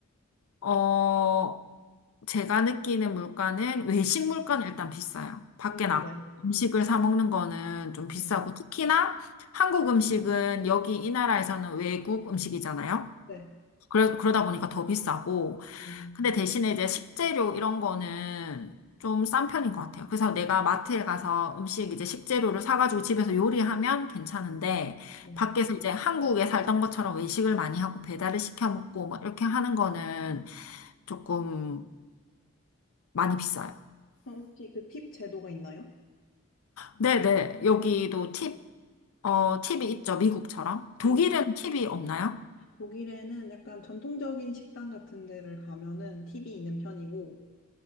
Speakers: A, on the left; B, on the left.
A: 어, 제가 느끼는 물가는 외식 물가는 일단 비싸요. 밖에
B: 음,
A: 나가
B: 네,
A: 음식을 사 먹는 거는 좀 비싸고
B: 네,
A: 특히나 한국 음식은 여기 이 나라에서는 외국 음식이잖아요.
B: 네,
A: 그러, 그러다 보니까 더 비싸고
B: 음,
A: 근데 대신에 이제 식재료 이런 거는 좀 싼 편인 것 같아요. 그래서 내가 마트에 가서 음식 이제 식재료를 사가지고 집에서 요리하면 괜찮은데,
B: 네.
A: 밖에서 이제 한국에 살던 것처럼 외식을 많이 하고 배달을 시켜 먹고
B: 음,
A: 뭐 이렇게 하는 거는 조금 많이 비싸요.
B: 그럼 혹시 그 팁 제도가 있나요?
A: 네네. 여기도 팁, 어, 팁이 있죠. 미국처럼. 독일은
B: 음,
A: 팁이 없나요?
B: 독일에는 약간 전통적인 식당 같은 데를 가면은 팁이 있는 편이고,